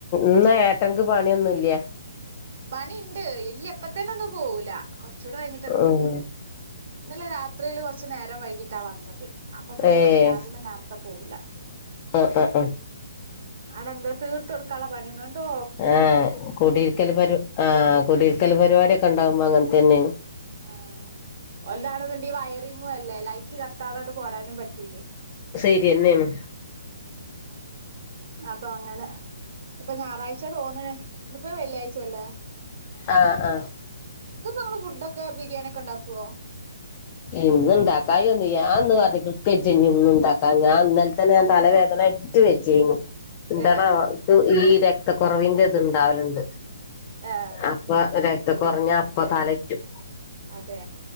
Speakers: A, on the left; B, on the right.
A: ഇന്ന ഏട്ടൻക്ക് പണിയൊന്നുംല്ല
B: പണിണ്ട് ഇല്യ എപ്പത്തന്നെ ഒന്നും പോവൂല കുറച്ചുകൂടെ കഴിഞ്ഞിട്ടൊക്കെ
A: ഉം
B: പോവുള്ളൂ ഇന്നലെ രാത്രിയിൽ കൊറച്ച നേരം വൈകിട്ടാ വന്നത് അപ്പൊപിന്നെന്ന്
A: ഏയ്
B: രാവിലെ നാർത്തെ പോവല
A: ആഹ് ആഹ് ആഹ്
B: <unintelligible> ഉ അടെന്താ തീർത്തോടുക്കാൻള്ള പണിയെന്തോ
A: ആഹ് കുടിയിരിക്കൽ പരി ആ കുടിയിരിക്കൽ പരിവാടിയൊക്കെണ്ടാവുമ്പോ അങ്ങ തന്നെയാണ്
B: ആ ഒൽതാണ്ന്ന്ണ്ടി വയറിങ്ങുഅല്ലേ ലൈറ്റ് കത്താതങ്ങട്ട് പോരാനും പറ്റൂലെയ്
A: ശരിയെന്നേണ്
B: അപ്പൊഅങ്ങനെ ഇപ്പൊഞായറാഴ്ച്ചെ തോന്ന്ണ് ഇന്ന്പ്പോ വെള്ളിയാഴ്ചല്ലേ
A: ആ ആ
B: ഇന്ന്പ്പോങ്ങള് ഫുഡോക്കെ ബിരിയാണിയൊക്കെ ഉണ്ടാക്കുവോ
A: ഇന്ന്ണ്ടാക്കായിയൊന്നുല്ല ഞാന്ന്റ ഞ്കേജ്ജ <unintelligible> ന്നണ്ടാക്ക <unintelligible> <unintelligible> ഞാൻന്നലെതന്നെ ഞാൻതലവേദനയിട്ട് വജ്ജെയിന്നു ന്താണോ
B: ഏഹ്
A: ഇക്ക് ഈ രക്തക്കൊറവിന്റെത്ണ്ടാവല്ണ്ട്
B: ഏഹ്
A: അപ്പ അത് കുറഞ്ഞപ്പ തലയിറ്റും
B: അതേ